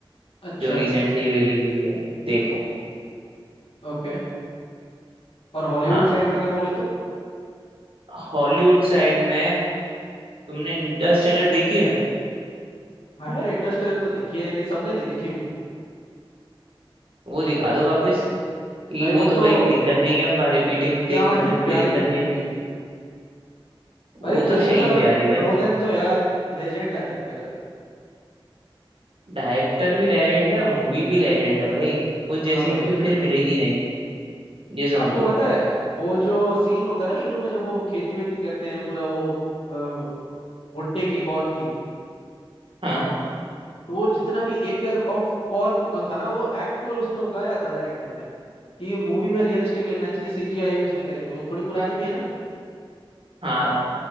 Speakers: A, on the left; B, on the right.
A: अच्छा
B: जो रिसेंटली रिलीज हुई है देखो
A: ओके और हॉलीवुड
B: हाँ
A: साइड में अगर बोले तो
B: हॉलीवुड साइड में तुमने इंटरस्टेलर देखी है
A: हाँ यार इंटरस्टेलर तो देखी है लेकिन सबने नहीं देखी वो
B: वो दिखा दो वापस क्योंकि
A: भाई
B: वो
A: वो
B: तो
A: तो
B: भाई दिक्कत नहीं है अब रिपीटिव
A: क्या
B: में देखने में
A: ही
B: कोई
A: प्यारी
B: दिक्कत
A: मूवी
B: नहीं है
A: थी भाई
B: वो
A: क्रिस्टोफर
B: तो है ही प्यारी भाई
A: नोलन तो यार लेजेंड डायरेक्टर है
B: डायरेक्टर भी लेजेंड है और मूवी भी लेजेंड है भाई उस
A: हाँ
B: जैसी
A: भाई
B: मूवी फिर मिलेगी नहीं ये समझो
A: आपको पता है वो जो सीन होता है ना शुरू में जब वो खेती वेती करते हैं पूरा वो अ, भुट्टे की कॉर्न की
B: हाँ
A: तो वो जितना भी एकर ऑफ कॉर्न था ना वो एक्चुअल उसने उगाया था डायरेक्टर ने कि मूवी में रियलिस्टिक लगना चाहिए सीजीआई यूज नहीं करेंगे वो थोड़ी पुरानी भी है ना
B: हाँ